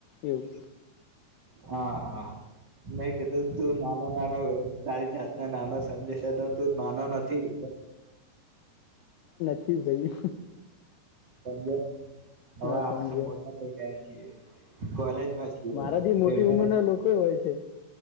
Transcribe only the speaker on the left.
એવું
ઠી ભાઈ.
હા
સમજ્યો
મારાથી
મોટી ઉંમર ના લોકો હોય છે.